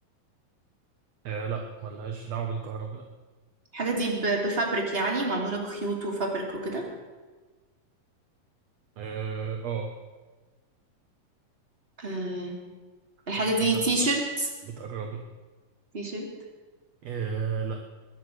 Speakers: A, on the right; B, on the right.
A: آه، لا ملهاش دعوة بالكهرباء لا
B: الحاجه دي ب- بفابريك يعني معموله بخيوط وفابريك وكده
A: اه آه،
B: أه الحاجه
A: للأسف
B: دي تي شيرت
A: آه، بتقربي
B: تي شيرت
A: آه لا